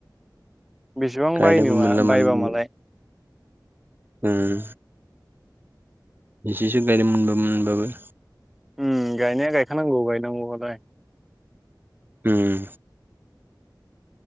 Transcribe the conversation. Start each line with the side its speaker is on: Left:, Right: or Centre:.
Centre: बेसेबां
Right: गायनोबो
Centre: बायनो
Right: मोनला
Centre: बायबा
Right: मानोबो
Centre: मालाय
Right: मोनला उम एसेसो गायनो मोनबाबो मोनबाबो
Centre: उम गायनाया गायखानांगौ गायनांगौबालाय।
Right: उम